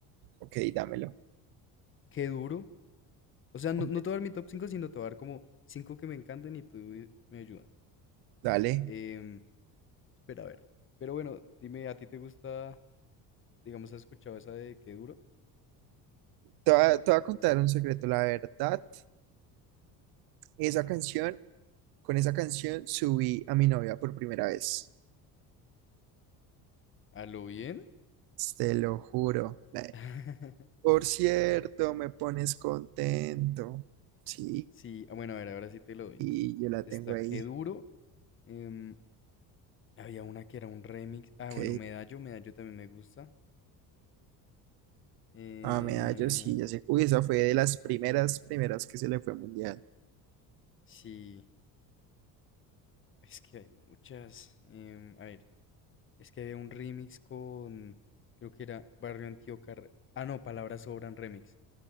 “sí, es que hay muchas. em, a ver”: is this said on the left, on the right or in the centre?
Left